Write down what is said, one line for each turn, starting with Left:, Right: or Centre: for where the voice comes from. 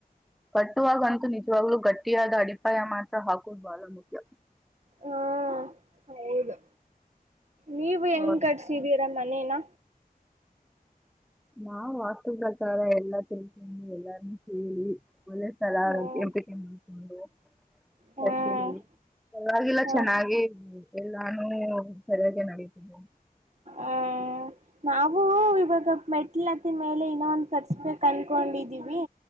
Centre: ಕಟ್ಟುವಾಗ ಅಂತೂ ನಿಜವಾಗ್ಲುೂ ಗಟ್ಟ ಿಯಾದ ಅಡಿಪಾಯ ಮಾಸ ಹಾಕುದು ಬಳ ಮುಖ್ಯ
Right: ಹಾ ಹೌದು ನೀವು ಹೆಂಗೆ
Centre: ಹೌದು
Right: ಕಟ್ಿಸಿದ್ದೀರಾ ಮನೇನಾ
Centre: ನಾ್ ಪ್ರಕಾರ ಎಲ್ಲಾ ತಿಳ್ಕೊಂಡು ಎಲ್ಲಾರನ್ನೂ ಕೇಳಿ ಒಲ ಸ್ಲ
Right: ಹ್ಮ್
Centre: ಆರೋಗ್ಯ ಎಂಪಿಕೆ ಮಾಡಿಕೊಂಡು
Right: ಹ್ಮ್
Centre: ಅತೆ ಪವಾಗಿಲ್ಲ
Right: ಹ್ಮ್
Centre: ಚೆನ್ನಾಗಿ ಎಲ್ಲಾನು ಸರಿಯಾಗಿ ನಡೀತಿದ್ದೆ
Right: ಹ್ ನಾವು ಇವಾಗ ಮೆಟ್ಲ ಮೇಲೆ ಇನ್ನೊ ಒಂದ್ ತರ್ಸ್ಬೇಕಕ್ ಅನ್ಕೊಂಡಿದೀವಿ